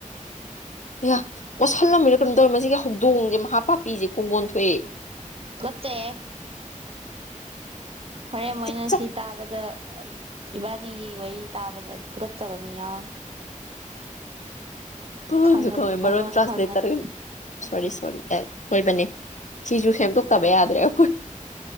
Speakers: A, on the left; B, on the right.
A: ꯔꯦ ꯑꯣꯠꯁꯜꯂꯝꯃꯤꯅ ꯀꯩꯅꯣ ꯇꯧꯔꯤ ꯃꯁꯤꯒꯤ ꯍꯧꯗꯣꯡꯁꯦ ꯃꯍꯥ ꯄꯥꯄꯤꯁꯦ ꯀꯣꯡꯒꯣꯟ ꯊꯣꯛꯑꯦ
B: ꯀꯠꯇꯦ ꯍꯣꯔꯦꯟ ꯃꯣꯏꯅ
A: ꯇꯤꯛ ꯆꯠ
B: ꯁꯤ ꯇꯥꯕꯗ ꯏꯕꯥꯅꯤꯒꯤ ꯋꯥꯔꯤ ꯇꯥꯕꯗ ꯊꯨꯀꯠꯆꯕ ꯃꯤ ꯌꯥꯎ
A: ꯍꯝ ꯃꯔ
B: ꯈꯪꯉꯗꯤ
A: ꯨꯈꯝ
B: ꯃꯔꯣꯟ
A: ꯃꯔ ꯇ꯭ꯔꯥꯟꯁꯂꯦꯇꯔꯣꯔꯤꯣꯣꯏꯕꯅꯤ
B: ꯈꯪꯉꯗꯤ
A: ꯁꯤꯁꯨ ꯁꯦꯝꯗꯣꯛꯇꯕ ꯌꯥꯗ꯭ꯔꯦ ꯑꯩꯈꯣꯏ